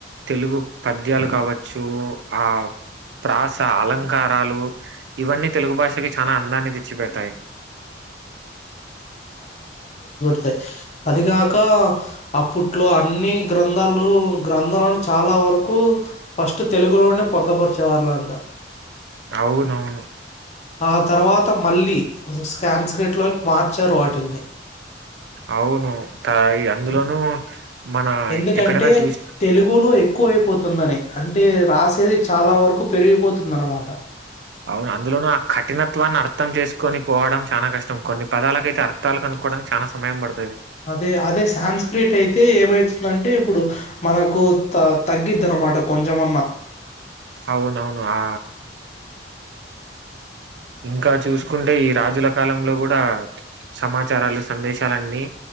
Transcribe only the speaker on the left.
త్ అదిగాక అప్పుట్లో అన్ని గ్రంధాలు గ్రంధాలను చాలా వరకు ఫస్ట్ తెలుగులోనే పొందపరిచే వాళ్ళంట
ఆ తర్వాత మొత్తం మళ్లీ ఉస సాన్స్క్రిట్ లో క్లోట్ పాట్ ఇచ్చారు వాటిల్ని
ఎందుకంటే
తెలుగులో ఎ ఎక్కువ అయిపోతుందని అంటే రాసేది చాలా వరకు పెరిగిపోతుంది అన్నమాట
అదే అదే సాన్స్ క్రియేట్ అయితే ఏమైతుందంటే ఇప్పుడు మనకు త తగ్గిద్ది అన్నమాట కొంచమన్నా